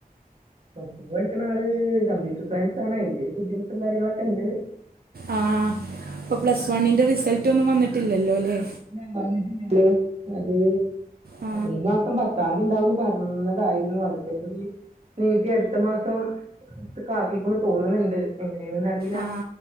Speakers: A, on the right; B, on the right.
A: പ്ലസ് ടു ൻ പഠിക്കുന്ന ആള് കമ്പ്യൂട്ടർ സയൻസ് ആണ് അയിന്റെ ഒരു ബുദ്ധിമുട്ടും കാര്യങ്ങളൊക്കെ ഉണ്ട്
B: ആഹ് അപ്പോൾ പ്ലസ് വണ്ണിൻ്റെ റിസൾട്ട ഒന്നും വന്നിട്ടില്ലല്ലോ അല്ലേ
A: ല്ല വന്നിട്ടില്ലല്ലോ അത്
B: ആ
A: ഈ മാസം പത്താംതി ഉണ്ടാവന്ന് പറഞ്ഞതായിരുന്നു അതിപ്പഞ് നീറ്റി അടുത്ത മാസം കാക്കിക്കൊന്ന് തോന്നണണ്ട് എങ്ങനെയന്നന്ന് അറിയില
B: ആ